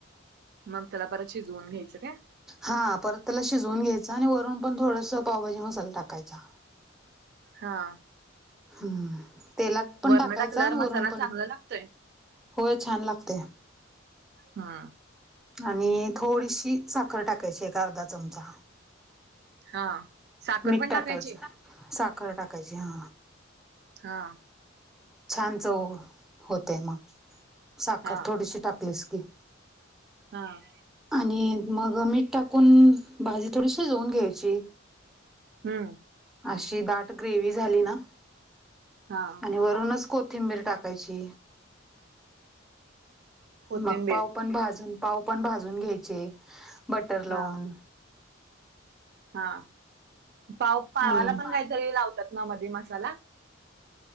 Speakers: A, on the right; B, in the centre.
A: मग त्याला परत शिजवून घ्यायचं काय.
B: हा परत त्याला शिजवून घ्यायचं आणि वरून पण थोडंसं पावभाजी मसाला टाकायचा.
A: हा.
B: हम्म तेलात पण
A: वरण
B: टाकायचा
A: टाकल्यावर
B: आणि वरून
A: मसाला
B: पण
A: चांगला लागतोय
B: होय छान लागतेय.
A: हा.
B: आणि थोडीशी साखर टाकायची एक अर्ध्या चमचा.
A: हा साखर
B: मीठ
A: पण
B: टाकायचं
A: टाकायची?
B: साखर टाकायची हा.
A: हा.
B: छान चव होते मग. साखर
A: हा
B: थोडीशी टाकलीस की.
A: हा.
B: आणि मग मीठ टाकून भाजी थोडी शिजवून घ्यायची.
A: हम्म.
B: अशी दाट ग्रेवी झाली ना.
A: हा.
B: आणि वरूनच कोथिंबीर टाकायची,
A: कोथिंबीर
B: मग पाव पण भाजून पाव पण भाजून घ्यायचे बटर लावून.
A: हा हा. पाव-पावाला
B: आणि
A: पण काहीतरी लावतात ना मधी मसाला?